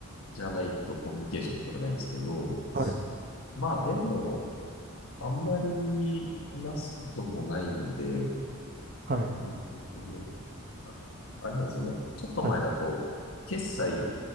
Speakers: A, on the left; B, on the right.
A: じゃないとコミュニケーション取れないんですけど、
B: はい、
A: まあでも、あんまり話すこともないので、
B: はい、
A: うんと、あ、あれなんですよね。ちょっと前だと、
B: はい、
A: 決済、